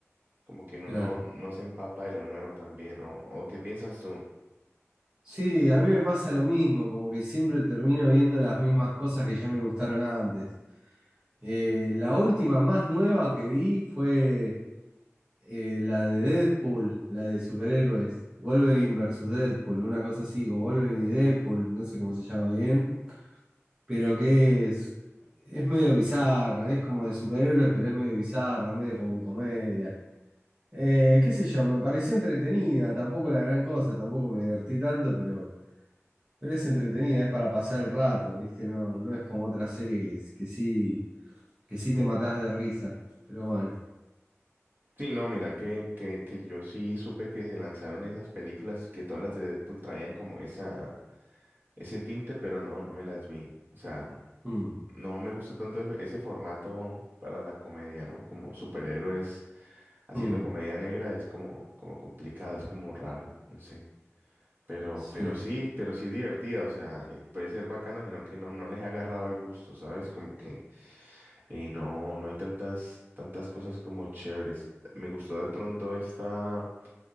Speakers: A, on the right; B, on the right.
A: como que uno
B: claro.
A: no, no se empapa de lo nuevo también, ¿o, o qué piensas tú?
B: Sí, a mí me pasa lo mismo, como que siempre termino viendo las mismas cosas que ya me gustaron antes. Eh, la última más nueva que vi fue eh, la de Deadpool, la de superhéroes, Wolverine versus Deadpool, una cosa así, o Wolverine y Deadpool, no sé cómo se llama bien, pero que es, es medio bizarra, es como de superhéroes, pero es medio bizarra, medio como comedia. Eh, qué sé yo, me pareció entretenida, tampoco la gran cosa, tampoco me divertí tanto, pero... Pero es entretenida, es para pasar el rato, ¿viste? No, no es como otra serie que, es- que sí, que sí te matás de risa. Pero bueno.
A: Sí, no, mira, que, que, que yo sí supe que se lanzaron esas películas que todas las de Deadpool traían como esa, ese tinte, pero no, no me las vi. O sea,
B: Mm,
A: no me gusta tanto e-, ese formato para la comedia, ¿no? Como superhéroes haciendo
B: mm,
A: comedia negra es como, como complicado, es como raro, no sé. Pero,
B: sí.
A: pero sí, pero sí es divertida, o sea, eh, puede ser bacana, sino que no, no les ha agarrado el gusto, ¿sabes? Como que eh, no, no hay tantas, tantas cosas como chéveres. Me gustó de pronto esta,